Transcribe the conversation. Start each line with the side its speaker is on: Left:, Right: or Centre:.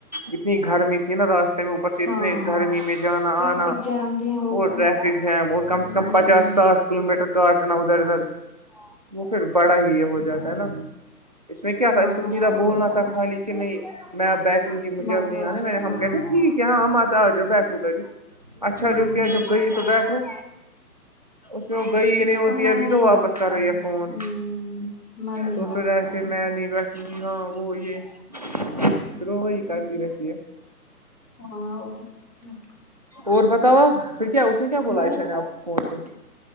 Right: اتنی گرمی تھی نا راس تم اوپر سے اتنے
Left: ہاں
Right: گرمی میں جانا
Left: ٹریفک
Right: آنا
Left: جام بھی ہوگا
Right: اور ٹریفک جیم اور کم سے
Left: ہوں
Right: کم پچاس ساٹھ کلو میٹر کاٹنا ادھر ادھر وہ پھر بڑا ہی یہ ہو جاتا ہے نا اس میں کیا تھا
Left: ہاں
Right: اس کو
Left: مسئلہ
Right: سیدھا بولنا
Left: ہوتا
Right: تھا
Left: ہے
Right: خالی کہ نہیں میں بیٹھوں گی مجھے
Left: متا
Right: اب آنے
Left: جو
Right: میں نے
Left: ہاں
Right: ہم کہتے ٹھیک ہے ہاں م آا آ جؤ بیٹھوں گا جی اچھا
Left: ہوں
Right: جو کیا جب گئی تو بیٹھو اس میں وہ گئی ہی نہیں
Left: اس
Right: ہوتی
Left: کا من
Right: ابھی
Left: نہیں
Right: تو واپس
Left: لگتا
Right: کر رہی ہے فون
Left: ہوں من نہیں
Right: تو
Left: لگتا
Right: پھر ایسے
Left: ہے
Right: میں نہیں بیٹھ کیی ہاں وہ یہھرو وہی کرتی
Left: ہوں،
Right: رہتی ہے
Left: ہاں اور کیا؟
Right: اور بتا ہوا پھر کیا اس نے کیا بولا
Left: بس
Right: ایشا نے آپ کو ہ تو